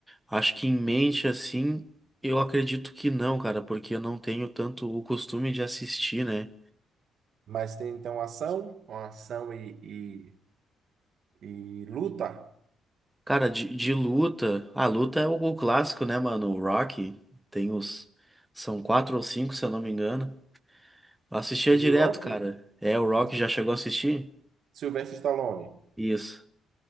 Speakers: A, in the centre; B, on the right.
A: acho que em mente, assim, eu acredito que não, cara, porque eu não tenho tanto o costume de assistir, né?
B: Mas tem então ação, uma ação e, e, e luta
A: Cara, de, de luta, a luta é o, o clássico, né, mano? O Rock, tem os, são quatro ou cinco, se eu não me engano. Eu assistia
B: sobre
A: direto,
B: Rock?
A: cara. É, o Rock
B: Você...
A: já chegou a assistir?
B: Sylvester Stallone.
A: Isso.